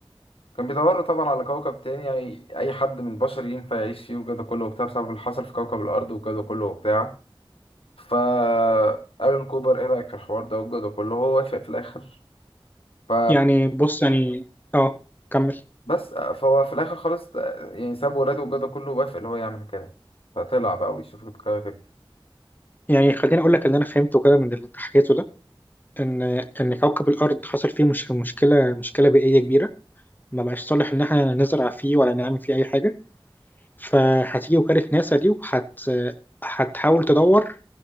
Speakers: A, on the left (about 80°); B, on the left (about 20°).
A: كان بيدوروا طبعا على كوكب تاني يعني اي حد من البشر ينفع يعيش فيه وكده كله وبتاع بسبب اللي حصل في كوكب الارض وكده كله وبتاع ف الان كوبر ايه رايك في الحوار ده وكده كله هو وافق في الاخر ف
B: يعني بص يعني اه كمل
A: بس فهو في الاخر خالص يعني ساب ولاده وكده كله وافق اللي هو يعمل كده فطلع بقى ويشوف الكواكب
B: يعني خليني اقول لك اللي انا فهمته كده من اللي انت حكيته ده ان ان كوكب الارض حصل فيه مش مشكله مشكله بيئيه كبيره ما بقاش صالح ان احنا نزرع فيه ولا نعمل فيه اي حاجه فهتيجي وكاله ناسا دي وهت هتحاول تدور